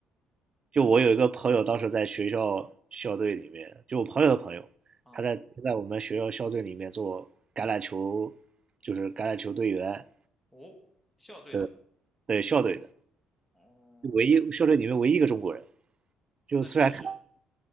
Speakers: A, on the right; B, in the centre.
A: 就我有一个朋友，当时在学校校队里面，就我朋友的朋友，
B: 啊。
A: 他在他在我们学校校队里面做橄榄球，就是橄榄球队员，
B: 哦，校队的，
A: 对对校队的，
B: 哦，
A: 就唯一校队里面唯一一个中国人。
B: 那确实
A: 就虽然看